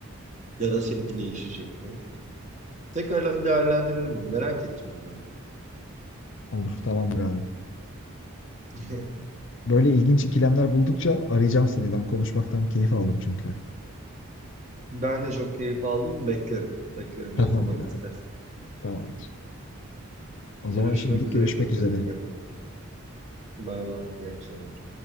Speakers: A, on the right; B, on the left.
A: ya da seninki değişecek mi? Tekrardan değerlendirelim bunu. Merak ettim bu arada.
B: Olur tamamdır abi.
A: <laughs>
B: Böyle ilginç ikilemler buldukça arayacağım seni. Ben konuşmaktan keyif aldım çünkü.
A: Ben de çok keyif aldım. Beklerim. Beklerim
B: <laughs> Tamamdır
A: ne zaman istersen.
B: abi tamamdır. O
A: Görüşmek
B: zaman şimdilik
A: üzere.
B: görüşmek
A: Dikkat
B: üzere.
A: et kendine. Bay bay. İyi akşamlar.